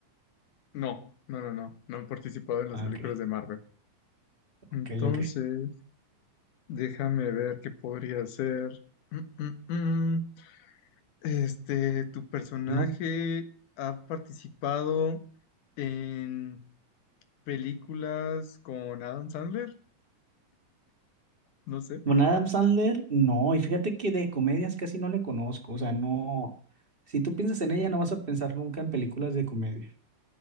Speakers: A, on the left; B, on the right.
A: No, no, no, no, no han participado en las
B: Ah,
A: películas
B: Ok,
A: de Marvel.
B: ok,
A: Entonces...
B: ok.
A: Déjame ver qué podría ser. Mm, mm, mm. Este, ¿tu personaje
B: No.
A: ha participado en películas con Adam Sandler? No sé.
B: Bueno, Adam Sandler, no. Y fíjate que de comedias casi no le conozco. O sea, no. Si tú piensas en ella, no vas a pensar nunca en películas de comedia.